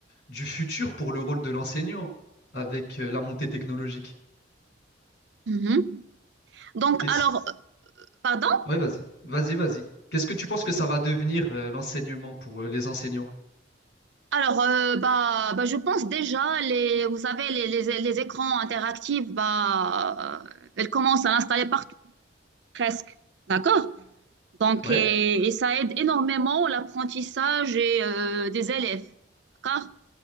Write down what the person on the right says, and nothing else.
Mhm. Donc,
alors, euh, pardon?
Alors, euh, bah, bah, je pense déjà, les, vous savez, les, les- les écrans interactifs, bah, euh, ils commencent à l'installer partout, presque, d'accord? Donc,
et, et ça aide énormément l'apprentissage et, euh, des élèves, d'accord?